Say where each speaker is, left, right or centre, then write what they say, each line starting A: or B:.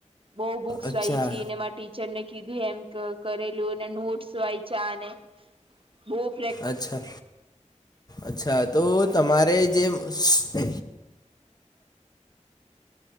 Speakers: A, on the right (about 45°); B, on the left (about 30°).
A: બહુ બુક્સ
B: અચ્છા
A: વાય છી એને મા ટીચર ને કીધું એમ કરેલું એ નોટસ વાય- ચને ભૂપ <unintelligible>
B: અચ્છા અચ્છા તો તમારે જે-